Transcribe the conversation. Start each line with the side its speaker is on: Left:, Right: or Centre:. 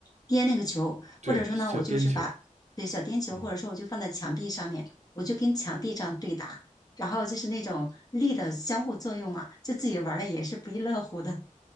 Left: 颠那个球，
Right: 对，
Left: 或者说呢，
Right: 叫颠球。
Left: 我就是把对小颠球，
Right: 嗯。
Left: 或者说我就放在墙壁上面，我就跟墙壁这样对打，然后就是那种力的相互作用嘛，就自己玩的也是不亦乐乎的。